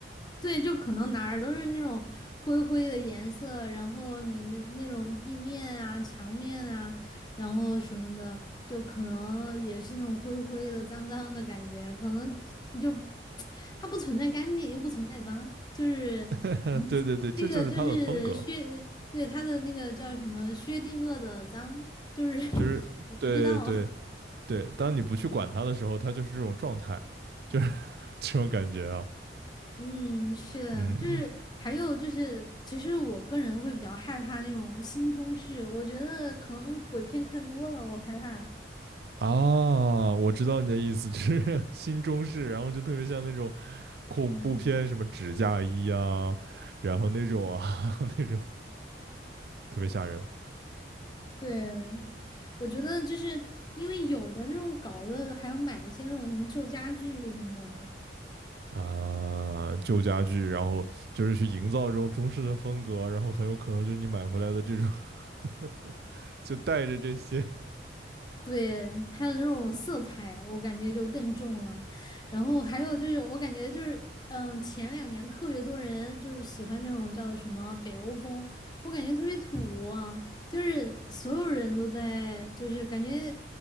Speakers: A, on the left (about 25°); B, on the right (about 55°).
A: 对，就可能哪儿都是那种灰灰的颜色，然后你的那种地面啊、墙面啊，然后什么的，就可能也是那种灰灰的、脏脏的感觉，可能就它不存在干净，又不存在脏，就是一起这个就是薛，
B: <laughs> 啊，对对对，这就是它的风格，
A: 对，它的那个叫什么薛定谔的脏，就是 <laughs>
B: 就是对对
A: 你不知道。<laughs>
B: 对，当你不去管它的时候，它就是这种状态，就是 <laughs> 这种感觉啊，
A: 嗯，是的，
B: 嗯。
A: 就是还有就是，其实我个人会比较害怕那种新中式，我觉得可能鬼片看多了，我害怕。
B: 啊，我知道你的意思，就是 <laughs> 新中式，然后就特别像那种恐怖片，
A: 嗯，
B: 什么纸嫁衣啊，然后那种啊 <laughs> 那种特别吓人
A: 对，我觉得就是因为有的那种搞的，还要买一些那种什么旧家具什么的。
B: 啊，旧家具，然后就是去营造这种中式的风格，然后很有可能就是你买回来的这种 <laughs> 就带着这些
A: 对，它的那种色彩，我感觉就更重了。然后还有就是，我感觉就是，嗯，前两年特别多人就是喜欢那种叫什么北欧风，我感觉特别土啊，就是所有人都在，就是感觉